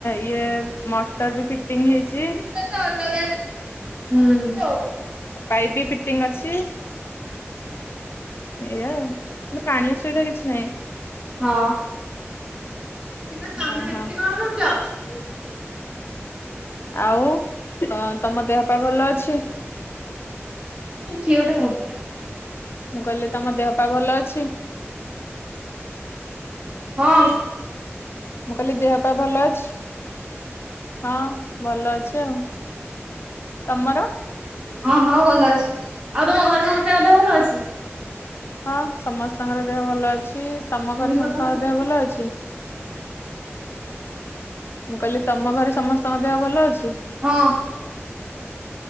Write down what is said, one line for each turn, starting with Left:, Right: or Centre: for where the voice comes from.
Left: ଇଏ ମଟର ବି ଫିଟିଙ୍ଗ ହେଇଛି
Right: ମୁଟା ତ ଅଲଗା ନା।
Left: ପାଇପ୍ ବି ଫିଟିଙ୍ଗ ଅଛି। ଏଇଆଉ ମେ ପାଣି ଅସୁବିଧା କିଛି ନାହିଁ।
Right: ହଁ। ଶିବା ତମେ
Left: ହଁ
Right: ଏଠି
Left: ହଁ
Right: କଣ କରୁଛ?
Left: ଆଉ ତମ ଦେହ ପା ଭଲ ଅଛି?
Right: ଝିଅଟା ମ
Left: ମୁଁ କହିଲି ତମ ଦେହ ପା ଭଲ ଅଛି?
Right: ହଁ।
Left: ମୁଁ କହିଲି ଦେହ ପା ଭଲ ଅଛି? ହଁ ଭଲ ଅଛି ଆଉ। ତମର?
Right: ହଁ ହଁ ଭଲ ଅଛି ଆଉ ତମ ଘର ସମସ୍ତଙ୍କ ଦେହ ଭଲ ଅଛି?
Left: ହଁ ସମସ୍ତଙ୍କର ଦେହ ଭଲ ଅଛି। ତମ
Right: ଏମିତି
Left: ଘରେ ସମସ୍ତଙ୍କର
Right: କଥା କରେ
Left: ଦେହ ଭଲ ଅଛି? ମୁଁ କହିଲି ତମ ଘରେ ସମସ୍ତଙ୍କ ଦେହ ଭଲ ଅଛି?
Right: ହଁ।